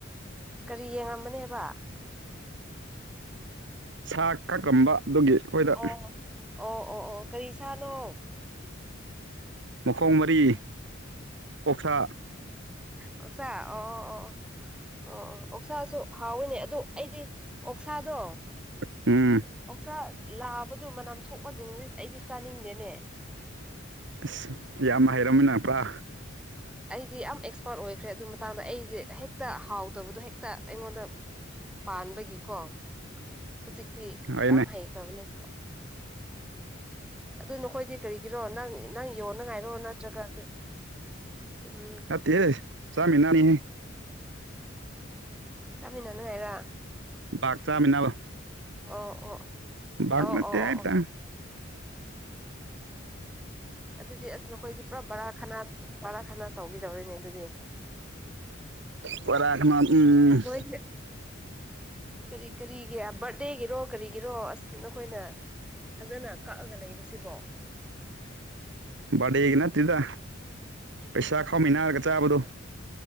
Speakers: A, in the centre; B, on the right.
A: ꯀꯔꯤ ꯌꯦꯡꯉꯝꯕꯅꯦꯕ
B: ꯁꯥ ꯀꯛꯂꯝꯕ ꯑꯗꯨꯒꯤ ꯑꯩꯈꯣꯏꯗ
A: ꯑꯣ ꯑꯣ ꯑꯣ ꯑꯣ ꯀꯔꯤ ꯁꯥꯅꯣ
B: ꯃꯈꯣꯡ ꯃꯔꯤ ꯑꯣꯛꯁꯥ
A: ꯑꯣꯛꯁꯥ ꯑꯣ ꯑꯣ ꯑꯣ ꯑꯣ ꯑꯣꯛꯁꯥꯁꯨ ꯍꯥꯎꯋꯤꯅꯦ ꯑꯗꯣ ꯑꯩꯗꯤ ꯑꯣꯛꯁꯥꯗꯣ
B: ꯎꯝ
A: ꯑꯣꯛꯁꯥ ꯂꯥꯕꯗꯨ ꯃꯅꯝ ꯊꯣꯛꯄꯁꯤꯡꯗꯤ ꯑꯩꯗꯤ ꯆꯥꯅꯤꯡꯗꯦꯅꯦ
B: ꯑꯁ ꯌꯥꯝ ꯍꯥꯏꯔꯝꯃꯤꯅ ꯄꯨ꯭ꯔꯥ
A: ꯑꯩꯗꯤ ꯌꯥꯝ ꯑꯦꯛꯁꯄꯥꯔꯠ ꯑꯣꯏꯈ꯭ꯔꯦ ꯑꯗꯨ ꯃꯇꯥꯡꯗ ꯑꯩꯁꯦ ꯍꯦꯛꯇ ꯍꯥꯎꯗꯕꯗꯣ ꯍꯦꯛꯇ ꯑꯩꯉꯣꯟꯗ ꯄꯥꯟꯕꯒꯤꯀꯣ ꯍꯧꯖꯤꯛꯇꯤ
B: ꯍꯩꯅꯦ
A: ꯌꯥꯝ ꯍꯩꯈ꯭ꯔꯕꯅꯦ ꯑꯗꯨ ꯅꯈꯣꯏꯗꯤ ꯀꯔꯤꯒꯤꯔꯣ ꯅꯪ ꯅꯪ ꯌꯣꯟꯅ ꯉꯥꯏꯔꯣ ꯅꯪ <unintelligible> ꯎꯝ
B: ꯅꯠꯇꯦ ꯆꯃꯤꯟꯅꯅꯤ
A: ꯆꯃꯤꯟꯅ <unintelligible> ꯍꯥꯏꯔꯥ
B: <unintelligible> ꯆꯥꯃꯤꯅꯕ
A: ꯑꯣ ꯑꯣ
B: <unintelligible>
A: ꯑꯣ
B: ꯅꯠꯇꯦ
A: ꯑꯣ ꯑꯣ
B: ꯍꯥꯢꯇꯔꯦ
A: ꯑꯣ ꯑꯗꯨꯗꯤ ꯑꯁ ꯅꯈꯣꯏꯗꯤ ꯄꯨꯔꯥ ꯕꯔꯥ ꯈꯅꯥ ꯕꯔꯥ ꯈꯅꯥ ꯇꯧꯈꯤꯗꯧꯔꯤꯅꯦ ꯑꯗꯨꯗꯤ
B: ꯀꯣꯔꯥꯛ ꯑꯃ ꯎꯝ
A: ꯅꯣꯏꯁꯦ ꯀꯔꯤ ꯀꯔꯤꯒꯤ ꯕꯥꯔ꯭ꯗꯦꯒꯤꯔꯣ ꯀꯔꯤꯒꯤꯔꯣ ꯑꯁ ꯅꯈꯣꯏꯅ ꯐꯖꯅ ꯀꯛꯑꯒ ꯂꯩꯕꯁꯤꯕꯣ
B: ꯕꯥꯔꯗꯦꯒꯤ ꯅꯠꯇꯦꯗ ꯄꯩꯁꯥ ꯈꯥꯎꯃꯤꯟꯅꯔꯒ ꯆꯥꯕꯗꯨꯣ